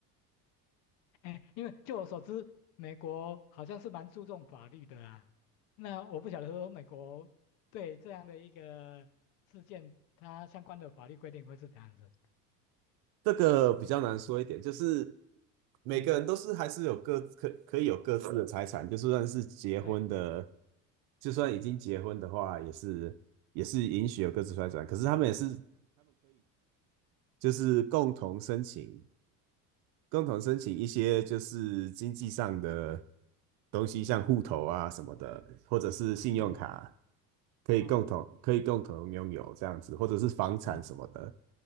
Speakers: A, on the left; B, on the right.
A: 哎，因为就我所知，美国好像是蛮注重法律的啊。那我不晓得说美国对这样的一个事件，它相关的法律规定会是怎样子？
B: 这个比较难说一点，就是每个人都是还是有各可可以有各自的财产，
A: 嗯，
B: 就算是结婚的，
A: 对，
B: 就算已经结婚的话，也是也是允许有各自财产，可是他们也是。就是共同申请，共同申请一些就是经济上的东西，像户头啊什么的，或者是信用卡，
A: 哦
B: 可以共同可以共同拥有这样子，
A: 哦
B: 或者是房产什么的，
A: 哦